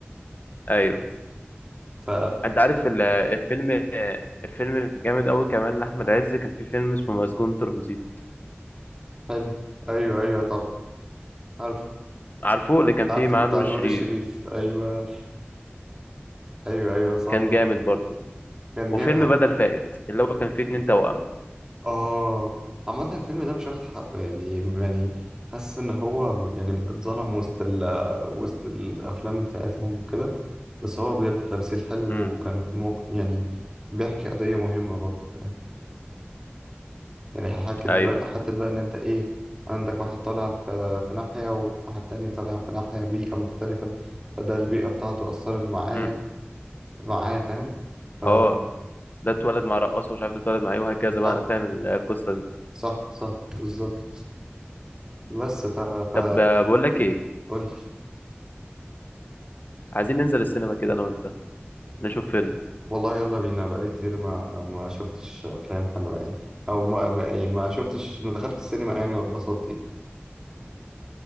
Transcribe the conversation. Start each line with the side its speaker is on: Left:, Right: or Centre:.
Left: ايوه
Right: ف
Left: انت عارف ال- الفيلم الفيلم الجامد قوي كمان لاحمد عز كان في فيلم اسمه مسجون ترانزيت
Right: حلو ايوه ايوه طبعا عارف
Left: عارفه اللي كان
Right: عارفه
Left: فيه معاه
Right: بتاع
Left: نور
Right: نور
Left: الشريف
Right: الشريف ايوه ايوه ايوه صح
Left: كان جامد برضو
Right: كان
Left: وفيلم
Right: جامد
Left: بدل فائت اللي هو كان فيه اتنين توأم
Right: اه عامة الفيلم ده مش واخد حقه يعني يعني حاسس ان هو م- يعني اتظلم وسط ال وسط الافلام بتاعتهم وكده بس هو بجد تمثيل حلو
Left: امم
Right: وكان في موق... يعني بيحكي قضية مهمة برضه فاهم يعني حكت
Left: ايوه
Right: بقى حتى بقى ان انت ايه عندك واحد طالع في في ناحية وواحد تاني طالع في ناحية بيئة مختلفة فده البيئة بتاعته أثرت معايا
Left: امم
Right: معايا فاهم ف
Left: اه ده اتولد مع رقاصة ومش عارف ده اتولد مع ايه وهكذا بقى
Right: صح
Left: انا فاهم القصة دي
Right: صح صح بالظبط بس ف ف
Left: طب آه، بقول لك ايه
Right: قولي
Left: عايزين ننزل السينما كده انا وانت نشوف فيلم
Right: والله يلا بينا بقالي كتير ما ما شفتش افلام حلوه يعني او ما ما- يعني ما شفتش ما دخلت السينما يعني واتبسطت يعني.